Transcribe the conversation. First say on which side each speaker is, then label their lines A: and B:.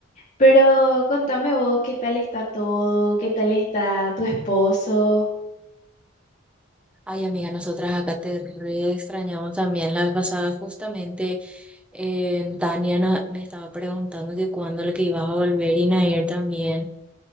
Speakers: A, on the left; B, in the centre.
A: Pero contame vos, ¿qué tal está todo? ¿Qué tal está tu esposo?
B: Ay, amiga, nosotras acá te re extrañamos también la vez pasada. Justamente eh, Tania no- me estaba preguntando que cuándo le que ibas a volver y Nair también.